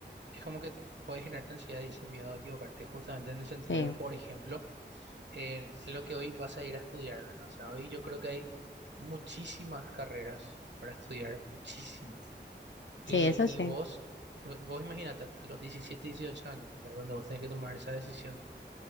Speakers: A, on the right (about 70°); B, on the left (about 85°).
A: es como que puede generarte ansiedad y ese miedo a equivocarte, justamente en el sentido
B: Sí,
A: de, por ejemplo, en lo que hoy vas a ir a estudiar, ¿verdad? O sea, hoy yo creo que hay muchísimas carreras para estudiar, muchísimas. Y,
B: sí, eso
A: y
B: sí.
A: vos, vos imagínate, a los 17, 18 años, que es donde vos tenés que tomar esa decisión